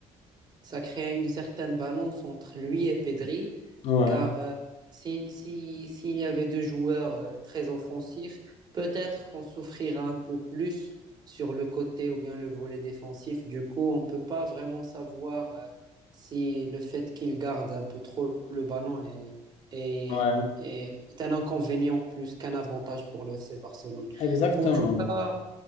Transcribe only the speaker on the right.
Ça crée une certaine balance entre lui et Pedri,
car euh, si, si- s'il y avait deux joueurs euh, très offensifs, peut-être qu'on souffrira un peu plus sur le côté ou bien le volet défensif. Du coup, on ne peut pas vraiment savoir euh, si le fait qu'il garde un peu trop le ballon est, est,
est- est un inconvénient plus qu'un avantage pour le FC Barcelone.
En tout cas,